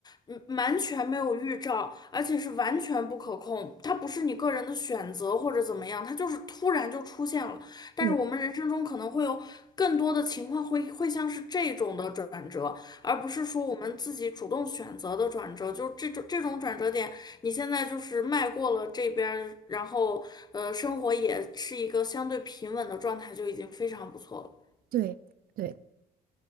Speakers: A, on the left; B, on the right.
A: 嗯，完全没有预兆，而且是完全不可控，它不是你个人的选择或者怎么样，它就是突然就出现了。但是我们人生中可能会有更多的情况会会像是这种的转折，
B: 对，
A: 而不是说我们自己主动选择的转折，就是这种这种转折点，你现在就是迈过了这边儿，然后呃，生活也是一个相对平稳的状态，就已经非常不错了。
B: 对对，